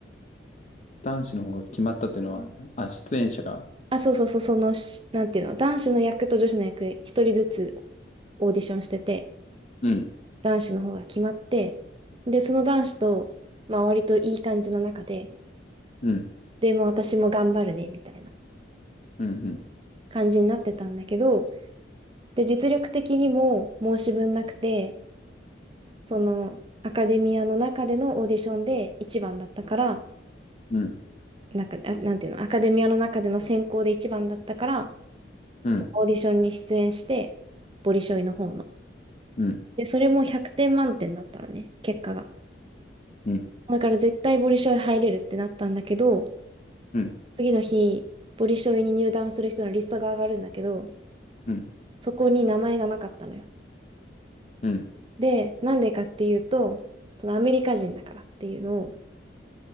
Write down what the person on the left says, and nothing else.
男子の方が決まったっていうのは、あ、出演者が。
うん、
うん、
うん、うん、
うん、
うん、
うん、
うん、
うん、
うん、うん、
うん、